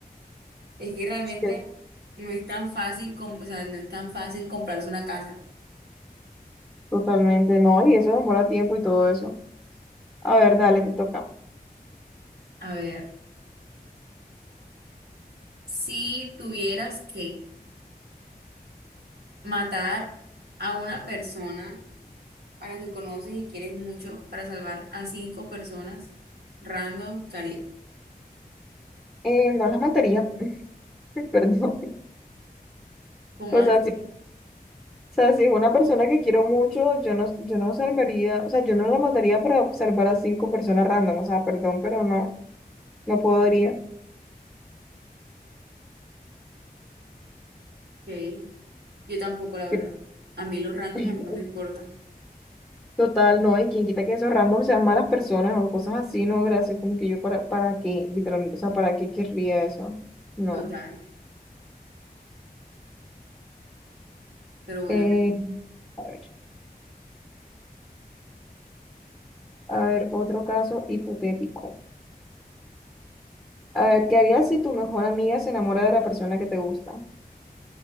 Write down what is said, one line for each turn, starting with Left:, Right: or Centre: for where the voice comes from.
Right: Es que realmente
Centre: Así
Right: no es tan fácil, com- o sea, no es tan fácil comprarse una casa.
Centre: totalmente no, y eso demora tiempo y todo eso. A ver, dale, te toca.
Right: A ver, si tuvieras que matar a una persona a la que conoces y quieres mucho para salvar a cinco personas random, ¿qué harías?
Centre: eh, no las mataría, <laughs> perdón.
Right: ¿Cómo
Centre: O
Right: así?
Centre: sea, si, o sea, si es una persona que quiero mucho, yo no, yo no salvaría, o sea, yo no la mataría para salvar a cinco personas random, o sea, perdón, pero no, no podría.
Right: Ok, Yo tampoco, la verdad.
Centre: Que-
Right: A mí los random
Centre: <laughs>
Right: no me importan.
Centre: Total, no, y quien quita que esos random sean malas personas o cosas así, no, gracias, como que yo para, para qué, literalmente, o sea, ¿para qué querría eso? No.
Right: Total. Pero bueno,
Centre: Eh, a ver, a ver, otro caso hipotético. A ver, ¿qué harías si tu mejor amiga se enamora de la persona que te gusta?